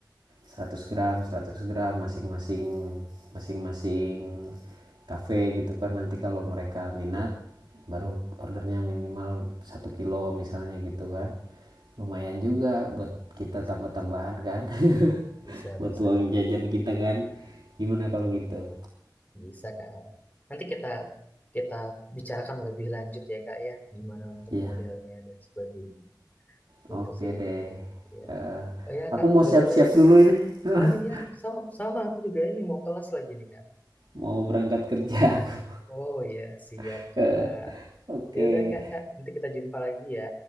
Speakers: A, on the right; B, on the left.
A: 100 gram 100 gram masing-masing masing-masing kafe gitu kan nanti kalau mereka minat baru ordernya minimal satu kilo misalnya gitu kan lumayan juga buat kita
B: bisa,
A: tambah-tambahan
B: bisa,
A: kan <laughs>
B: bisa,
A: buat
B: bisa,
A: uang jajan kita kan gimana kalau gitu
B: bisa kak. Nanti kita kita bicarakan lebih lanjut ya kak ya. Gimana untuk
A: iya
B: modelnya dan sebagainya.
A: oke
B: Itu sih.
A: deh
B: Ya.
A: Eh,
B: Oh ya
A: aku
B: kak,
A: mau
B: by
A: siap-siap
B: the way.
A: dulu ini <laughs>
B: Oh iya, sama, sama aku juga ini mau kelas lagi nih kak.
A: mau berangkat kerja aku
B: Oh iya, siap
A: <laughs>
B: kak.
A: Eh, oke Okay.
B: Ya udah kak, kak, nanti kita jumpa lagi ya.